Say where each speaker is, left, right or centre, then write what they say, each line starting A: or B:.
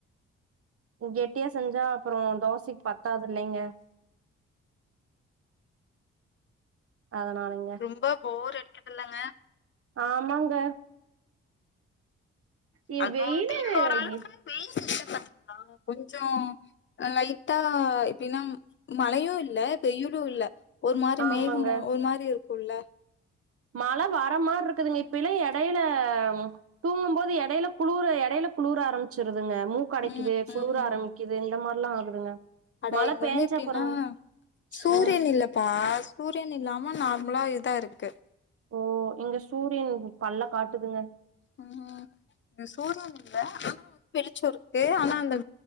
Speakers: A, on the right (about 50°); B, on the left (about 40°).
A: கெட்டியா செஞ்சா அப்பறோ தோசைக்கு பத் தாது இல்லைங்க அதனாலதா
B: ரொம்ப போர் அடிக்குதுல்லங்க
A: ஆமாங்க இ
B: அதாது
A: வெயிலு
B: இப்ப ஓரளவுக்கு
A: இ
B: வெயில் சீசன பாத்தீங்களா கொஞ்சொ லைட்டா இப்பில்லம் மழையு இல்ல வெயிலு இல்ல ஒரு மாரி
A: ஆமாங்க
B: மேகமு ஒரு மாரி இருக்குல
A: மழ வர மார் இருக்குதுங்க இப்பெல்லா எடைல ம் தூங்கும் போது எடைல குளூரு எடைல குளுர் ஆரம்புச்சிருதுங்க மூக் கடைக்குது
B: ம் ம்
A: குளுர ஆரம்பிக்குது இந்த மார்லா ஆகுதுங்க
B: அட
A: மழ
B: இங்க
A: பேஞ்சா
B: வந்து எப்டின்னா
A: பரவால
B: சூரியன்
A: ம்
B: இல்லப்பா சூரியன் இல்லாம நார்மலா இதா இருக்கு
A: ஓ இங்க சூரியன் பல்ல காட்டுதுங்க
B: ம் எ சூரியன் இல்ல ஆனா வந் வெளிச்சொ இருக்கு ஆனா அந்த